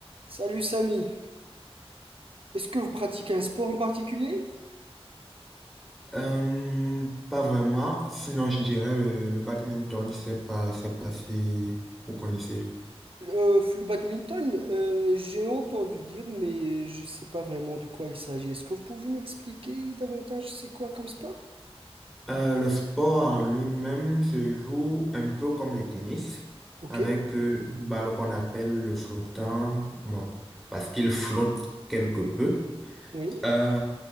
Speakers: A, on the right; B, in the centre.
A: Salut Samy, est-ce que vous pratiquez un sport en particulier?
B: Euh, pas vraiment. Sinon, je dirais le, le badminton, c'est pas, c'est pas si vous connaissez.
A: Le, le badminton, euh, j'ai entendu dire, mais je ne sais pas vraiment de quoi il s'agit. Est-ce que vous pouvez m'expliquer davantage c'est quoi comme sport?
B: Euh, le sport en lui-même se joue un peu comme le tennis,
A: Ok,
B: avec euh, une balle qu'on appelle le flottant, bon, parce qu'il flotte quelque peu.
A: oui.
B: Euh,